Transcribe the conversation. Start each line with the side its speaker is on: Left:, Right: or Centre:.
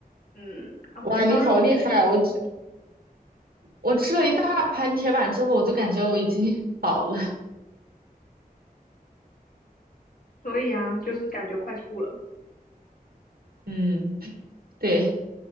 Left: 嗯，啊，
Right: 哇，
Left: 红烧肉我还是很喜，
Right: 你好厉害！我只我吃了一大盘铁板之后，我就感觉我已经饱了。
Left: 所以啊，就是感觉快吐了。
Right: 嗯，<laughs> 对，